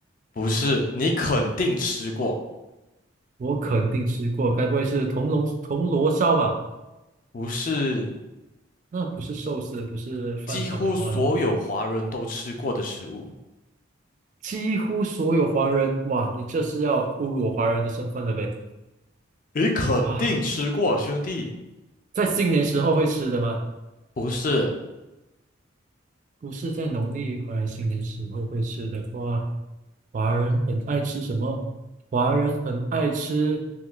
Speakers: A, on the left; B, on the right.
A: 不是，你肯定吃过，
B: 我肯定吃过，该不会是铜锣铜锣烧吧？
A: 不是。
B: 那不是寿司，不是饭团的话，
A: 几乎所有华人都吃过的食物。
B: 几乎所有华人，哇，你这是要侮辱我华人的身份了呗？
A: 你肯定吃过，
B: 哇，
A: 兄弟。
B: 在新年时候会吃的吗？
A: 不是，
B: 不是在农历华人新年时候会吃的话，华人很爱吃什么？华人很爱吃，